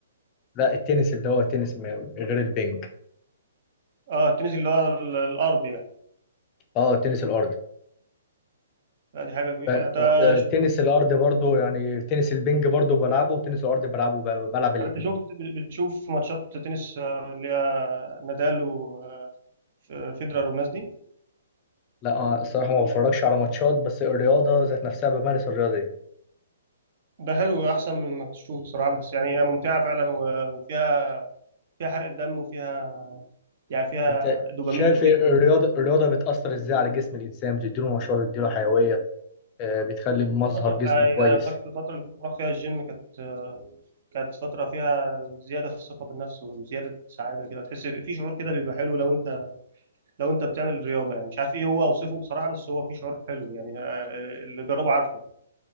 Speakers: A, on the left; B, on the right.
A: لا التنس اللي هو التنس م- غير البنج
B: اه التنس اللي هو ال- الارض يعني
A: اه تنس الارض
B: لا دي حاجة كبيرة
A: ب-
B: انت
A: آه،
B: شو-
A: تنس الارض برضو يعني تنس البنج برضو بلعبه وتنس الارض بلعبه ب- بلعب الاثنين
B: طب انت شفت بتشوف ماتشات تنس آه، اللي هي نادال و آه، ف- فيدرر والناس دي
A: لا آه، الصراحه ما بتفرجش على ماتشات بس الرياضه ذات نفسها بمارس الرياضه دي
B: ده حلو احسن من انك تشوف بصراحة بس يعني هي ممتعة فعلا و- وفيها فيها حرق الدم وفيها يعني فيها
A: انت
B: دوبامين
A: شايف
B: كتير
A: إيه؟ الرياضه
B: وبتاع
A: الرياضه بتاثر ازاي على جسم الانسان بتديله نشاط بتديله حيويه آه، بتخلي مظهر
B: آه طب-
A: جسمه
B: آه يعني
A: كويس
B: أنا فاكر الفترة اللي كنت بروح فيها الجيم كانت آه، كانت فترة فيها زيادة في الثقة بالنفس وزيادة سعادة كده تحس في شعور كده بيبقى حلو لو أنت لو أنت بتعمل رياضة يعني مش عارف إيه هو أوصفه بصراحة بس هو في شعور حلو يعني آه، آه، اللي جربه عارفه